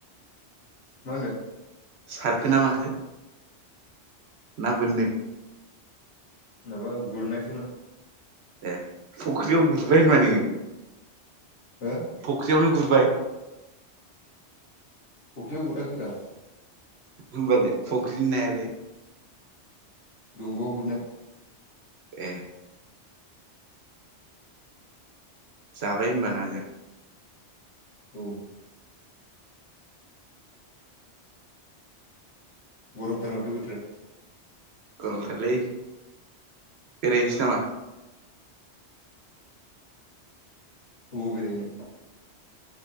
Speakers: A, on the left (about 75°); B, on the right (about 65°).
A: मा होनदों?
B: सारखो ना माखो? ना बोनदों?
A: माबा गुरनायसोमोन।
B: ए फख्रियाव गुरबाय होनबा नोङो
A: हो
B: फख्रियावनो गुरबाय?
A: फख्रियाव गुराखैब्रा
B: होमबालाय फुख्रिनि नायालाय?
A: दंगआव गुरनो
B: ए। जाबाय होनबा नाजों?
A: औ। गरमथार माथो बोथोरा
B: गरमथारलै बेरायहैनोसै नामा?
A: अबाव बेरायहैनो?